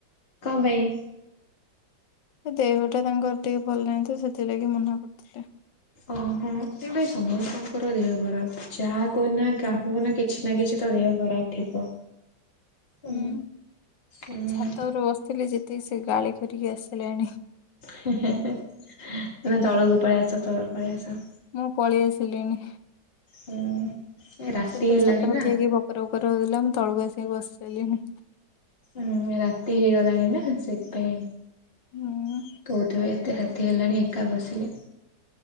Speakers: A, on the left; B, on the left.
A: କଁ ପାଇଁ?
B: ସେ ଦେହଟା ତାଙ୍କର ଟିକେ ଭଲ ନାହିଁ ତ ସେଥିଲାଗି ମନା କରିୁଥିଲେ।
A: ଓହଁ ତ ଭାଇ ସମସ୍ତଙ୍କର ଦେହ ଖରାପ ଯାହା କହ ନା କାହାକୁବ ନା କି କିଛି ନା କିଛି ତ ଦେହ ଖରାପ ଥିବ। ଉଁ
B: ହୁଁ
A: ଉଁ
B: ଛାତରୁ ବସିଥିଲି ଯେତକି ସେ ଗାଳି କରିକି ଆସିଲେଣି।
A: ତମେ ତଳକୁ ପଳେଇ ଆସ, ତଳକୁ ପଳେଇ ଆସ।
B: ମୁଁ ପଳି ଆସିଲିଣି,
A: ଉଁ। ରାତି
B: ସେ ତ
A: ହେଲାଣି
B: ଛାତ ରେ
A: ନା
B: ଠିଆ ହେଇକି ଗ ଗପର ଉପର ହଉଥିଲା ମୁ ତଳକୁ ଆସି ବସିସାଇଲିଣି।
A: ଉଁ ରାତି ହେଇଗଲାଣି ନା ସେଥିପାଇଁ
B: ହୁଁ
A: କହୁଥିବେ ଏତେ ରାତି ରାତି ହେଲାଣି ଏକା ବସିଲେ